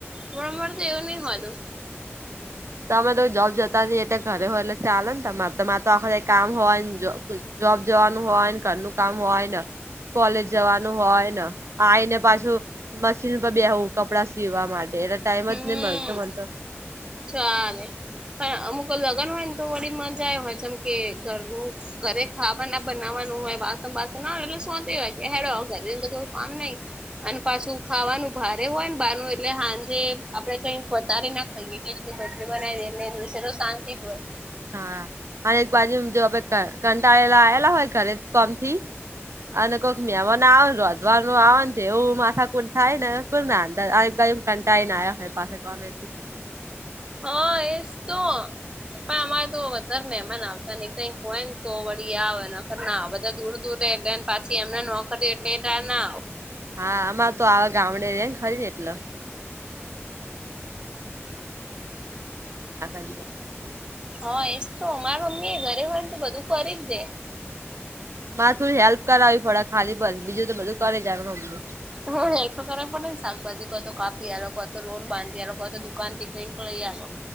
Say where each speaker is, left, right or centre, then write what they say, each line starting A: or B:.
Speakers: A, on the right; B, on the right.
A: બરંબર તો એવું નહી હોય તોું
B: તમે તો જોબ જતા ન એટલે ઘરે હોય એટલે ચાલે ને તમારે તો તો આખરે કામ હોયને જોબ જવાનું હોયને ઘરનું કામ હોય ને કોલેજ જવાનું હોય ને આવીને પાછું મશીન પર બેવું કપડા સીવા માટે એટલે ટાઈમ
A: હમ
B: જ નહી મળતો મને તો
A: ચાલે પણ અમુક લગ્ન હોય ને તો વી મજા આવે હોય જેમ કે ઘરનું ઘરે ખાવાના બનાવવાનું હોય વાસણ બાસણ ના એટલે સોંત હોય કે હેડ ઘરે અંદર કોઈ કામ નહી અને પાછું ખાવાનું ભારે હોય ને બાર નું એટલે હાંજે આપડે કઈક વધારે ના ખાઈએ ખીચડી બચડી બનાવી ડે એટલે દિવસે તો શાંતિ જ હોય
B: હા અને એક બાજુ જો કંટાળેલા આવેલા હોય ઘરે કોમ થી અને કોઈક મહેમાન આવે અધવાર નું આવે એવું માથા કુટ થાય ને કોઈ ના કંટાઈને આયા હોય પાસાં <inaudible>
A: હા એજ તો પણ અમારે તો વધારે મહેમાન આવતા ને કઈ હોય ને તો વળી આવ નખર ના બધા દૂર દૂર એટલેને પાછી એમને નોકરી એટલે એ <unintelligible>
B: હા અમાંર તો આવે ગામડે રે ને ખરી ને એટલે <unintelligible>
A: હા એજ તો મારા મમ્મી ઘરે હોય ને તો બધું કરી જ દે
B: મારે થોડી હેલ્પ કરાવી પડે ખાલી પન બીજું તો બધું કરી જાય મમ્મી
A: હેલ્પ તો કરવા પડે ને શાકભાજી કો તો કાપી આ કો તો લોટ બાંધી આલો કો તો દુકાન થી કંઈક લઈ આલો